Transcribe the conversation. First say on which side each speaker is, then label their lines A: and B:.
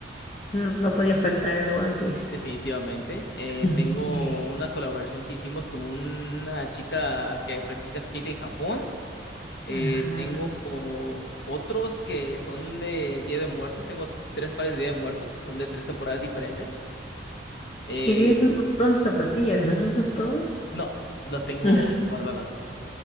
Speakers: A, on the left (about 35°); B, on the left (about 70°).
A: No, no podía faltar el One Piece.
B: Definitivamente. Eh,
A: <laughs>
B: tengo una colaboración que hicimos con una chica que practica skate en Japón. Eh,
A: Ajá.
B: tengo o- otros que son de Día de Muertos. Tengo tres pares de Día de Muertos que son de tres temporadas diferentes. Eh,
A: Y tienes un montón de zapatillas, ¿las usas todas?
B: no, las tengo
A: <laughs>
B: guardadas.